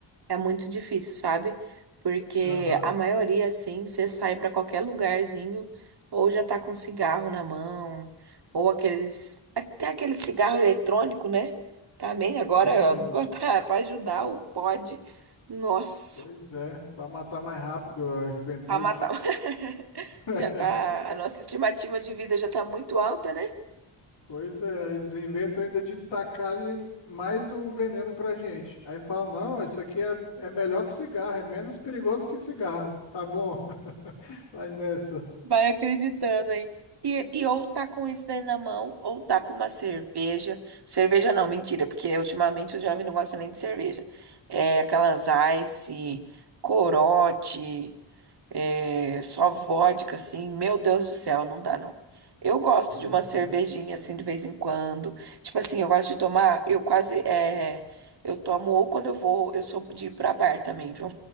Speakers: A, on the right; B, on the left.
A: É muito difícil, sabe? Porque
B: Aham.
A: a maioria, assim, você sai pra qualquer lugarzinho, ou já tá com cigarro na mão, ou aqueles. Até aquele cigarro eletrônico, né? Também agora,
B: Sim, o
A: ó, <laughs> pra pra ajudar o pod. Nossa,
B: Pois é, para matar mais rápido a juventude.
A: pra matar. <laughs>
B: <laughs>
A: Já tá. A nossa estimativa de vida já tá muito alta, né?
B: Pois é, eles inventam ainda de tacar ali mais um veneno pra gente. Aí fala, não, isso aqui é, é melhor que cigarro, é menos perigoso que cigarro. Tá bom, <laughs> vai nessa.
A: Vai acreditando aí. E, e ou tá com isso daí na mão, ou tá com uma cerveja. Cerveja não, mentira, porque ultimamente o jovem não gosta nem de cerveja. É aquelas Ice, Corote. É, só vodka, assim, meu Deus do céu, não dá não. Eu gosto
B: Pois
A: de uma cervejinha,
B: é.
A: assim, de vez em quando. Tipo assim, eu gosto de tomar, eu quase, é, eu tomo ou quando eu vou, eu sou de ir pra bar também, viu?